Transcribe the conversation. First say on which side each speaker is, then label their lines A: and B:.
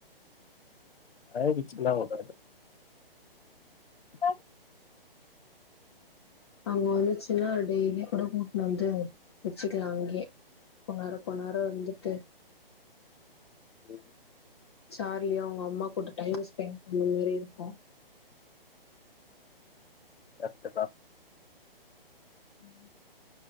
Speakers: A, on the left; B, on the left.
A: பழகிச்சில்லா அவ்ளோதா ஆ
B: அங்க வந்துச்சின்னா டெய்லியு கூட கூட்னு வந்து வெச்சுக்லா அங்கியே கொன்னாரோ கொன்னாறோ இருந்துட்டு
A: உம்
B: சார்லியு அவுங்க அம்மா கூட டைம் ஸ்பெண்ட் பண்ண மாரி இருக்கு
A: கர்ட்டுதா
B: <inaudible>